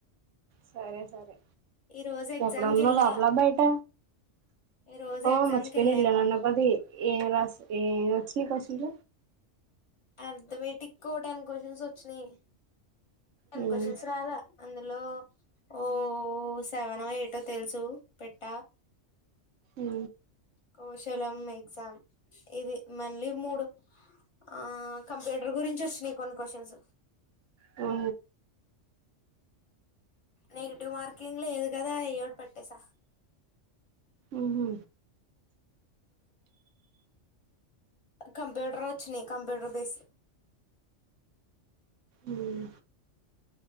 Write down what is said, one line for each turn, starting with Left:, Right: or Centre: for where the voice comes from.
Right: సరే సరే
Left: ఈ రోజు ఎగ్జామ్
Right: ఎక్కడున్నావ్
Left: కెళ్ళా
Right: లోపల బైట
Left: ఈ రోజు
Right: ఆ
Left: ఎగ్జామ్
Right: మర్చిపెన
Left: కెళ్ళాను
Right: ఇళ్ళనన్న పది ఏ రాస్ ఏ వచ్చి కశిల
Left: అర్ధమేటిక్ టెన్ క్వశన్స్ ఒచ్చినయ్ టెన్
Right: మ్మ్
Left: కొశన్స్ రాలా అందులో ఓ సెవెనో ఎయిటో తెలుసు పెట్ట
Right: ఉ
Left: కౌశలం ఎగ్జామ్ ఇది మళ్ళీ మూడు ఆ కంప్యూటర్ గురించి వొచ్చినాయి కొన్ని క్వశ్చన్స్
Right: ఉ
Left: నెగిటివ్ మార్కింగ్ లేదు కదా ఎదో ఒకటి పెట్టేసా
Right: ఉహు
Left: కంప్యూటర్ వొచ్చినాయ్ కంప్యూటర్ బేస్
Right: మ్మ్